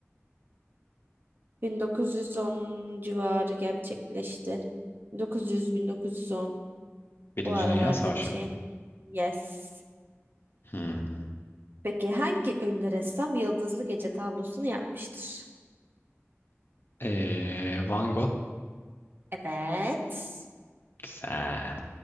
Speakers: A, on the right (about 45°); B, on the left (about 50°).
A: 1910 civarı gerçekleşti. 1900-1910
B: Birinci
A: o aralarda
B: Dünya Savaşı
A: bir şey.
B: mı?
A: Yes.
B: Hmm.
A: Peki hangi ünlü ressam Yıldızlı Gece tablosunu yapmıştır?
B: Ee, Van Gogh.
A: Evet.
B: Güzel.